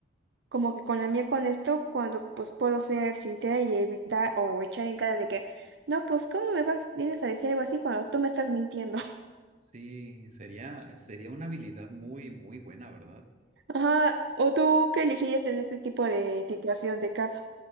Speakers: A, on the right; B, on the right.
A: como que con la mía con esto, cuando pues puedo ser sincera y evitar o echar en cara de que, no, pues ¿cómo me vas, vienes a decir algo así cuando tú me estás mintiendo? <laughs>
B: Sí, sería, sería una habilidad muy, muy buena, ¿verdad?
A: Ajá, ¿o tú qué elegirías en este tipo de situación
B: A
A: de caso?